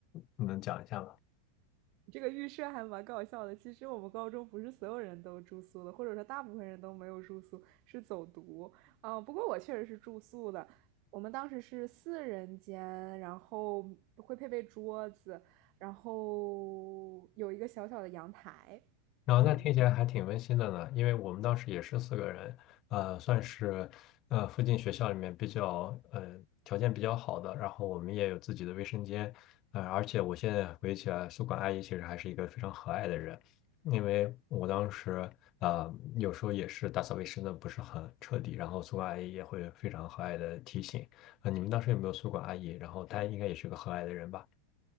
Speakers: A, on the left; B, on the right.
A: 能讲一下吗？
B: 这个预设还蛮搞笑的。其实我们高中不是所有人都住宿的，或者说大部分人都没有住宿，是走读。啊，呃不过我确实是住宿的。我们当时是四人间，然后会配备桌子，然后有一个小小的阳台。
A: 然后那听起来还挺温馨的呢，
B: 嗯，
A: 因为我们当时也是四个人，呃，算是呃附近学校里面比较呃条件比较好的，然后我们也有自己的卫生间，呃，而且我现在回忆起来，宿管阿姨其实还是一个非常和蔼的人，因为我当时呃有时候也是打扫卫生的不是很彻底，然后宿管阿姨也会非常和蔼的提醒，呃，你们当时有没有宿管阿姨？然后她应该也是个和蔼的人吧？